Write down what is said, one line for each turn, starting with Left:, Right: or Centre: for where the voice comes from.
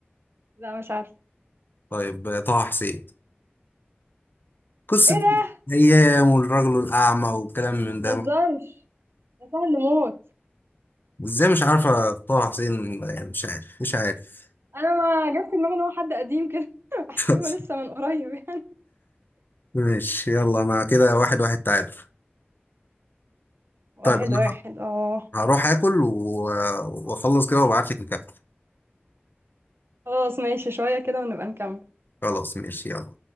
Right: لا مش عارفه
Left: طيب طه حسين قصة
Right: ايه ده
Left: أيام والرجل الأعمى والكلام من
Right: متهزرش
Left: ده
Right: ده سهل موت
Left: إزاي مش عارفة طه حسين يعني مش عارف مش عارف
Right: انا ما جت في دماغي ان هو حد قديم كده <laughs> بحسبه
Left: <laughs>
Right: لسه من قريب يعني
Left: ماشي يلا أنا كده واحد واحد تعادل
Right: واحد
Left: طيب أنا
Right: واحد اه
Left: هروح آكل و- وأخلص كده وأبعتلك نكمل
Right: خلاص ماشي شوية كده ونبقى نكمل
Left: خلاص ماشي يلا